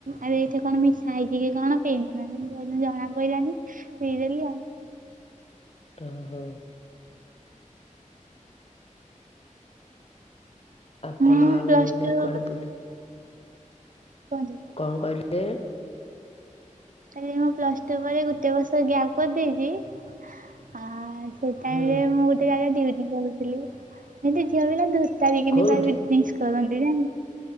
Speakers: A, on the right; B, on the left.
A: ଆରେ ଏଇଠି କଣ ମିଶା ହେଇଚି କି କଣ ପିଇ ନଥାନ୍ତି ଜଣା ପଇଲାନି ପିଇଦେଲି ଆଉ
B: ଅହଁ। ଆପଣ
A: ମୁଁ
B: ଆଉ
A: ପ୍ଲସ
B: ଏଇନା
A: ଟୁ
B: କୁଆଡେ
A: ପାଇଁ
B: ବୁଲି
A: କୁହନ୍ତୁ?
B: କଣ କହିଲେ?
A: ତାପରେ ମୁଁ ପ୍ଲସ ଟୁ ପରେ ଗୋଟେ ବର୍ଷ ଗ୍ୟାପ୍ କରିଦେଇଛି। ଆ ସେଇ ଟାଇମରେ
B: ହଁ
A: ମୁଁ ଗୋଟେ ଜାଗାରେ ଡିଉଟି କରୁଥିଲି କିନ୍ତୁ ଝିଅ ପିଲା ଧୁ ତା <unintelligible>
B: କୋଉଠି
A: ଡିଙ୍କ୍ କରନ୍ତି। ଯା